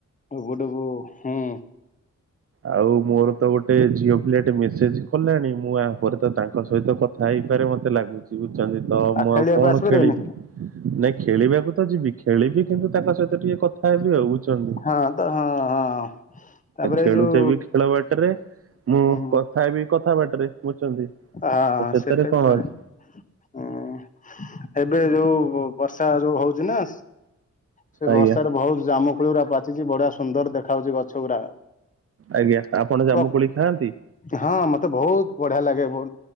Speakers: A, on the left; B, on the right.
A: ଗୁଡୁବୁ ହୁଁ।
B: ଆଉ ମୋର ତ ଗୋଟେ ଝିଅ ପିଲା ଟେ ମେସେଜ କଲାଣି ମୁଁ ଆ ପରେ ତ ତାଙ୍କ ସହିତ କଥା ଥାଇପାରେ ମତେ ଲାଗୁଛି, ବୁଝୁଛନ୍ତି ତ
A: ଆଖାଳିଆକୁ
B: ମୁଁ ଆଉ କଣ
A: ଆସିପାରିବେନି
B: ଖେଳିବି? ନାଇଁ ଖେଳିବାକୁ ତ ଯିବି ଖେଳିବି କିନ୍ତୁ ତାଙ୍କ ସହିତ ଟିକେ କଥା ହେବି ଆଉ ବୁଝୁଛନ୍ତି।
A: ହଁ ତ ହଁ ହଁ। ତାପରେ
B: ଖେଳୁଥିବିି
A: ଏଇ ଯୋଉ
B: ଖେଳ ବାଟରେ ମୁଁ
A: ହୁଁ
B: କଥା ହେବି କଥା ବାଟରେ ବୁଝୁଛନ୍ତି।
A: ଆଁ
B: ତ ସେଥିରେ
A: ସେଟା
B: କଣ
A: ବି ଚଳିବ।
B: ଅଛି
A: ହୁଁ ଏବେ ଯୋଉ ବର୍ଷା ଯୋଉ ହଉଛି ନା। ସେ
B: ଆଜ୍ଞା
A: ବର୍ଷାରେ ବହୁତ ଜାମୁକୋଳିଉରା ପାଚିଛି ବଢିଆ ସୁନ୍ଦର ଦେଖା ହଉଛି ଗଛ ଗୁରା।
B: ଆଜ୍ଞା ଆପଣ ଜାମୁ
A: ପ୍ର-
B: କୋଳି ଖାଆନ୍ତି?
A: ହଁ ମତେ ବହୁତ ବଢିଆ ଲାଗେ। ବହୁ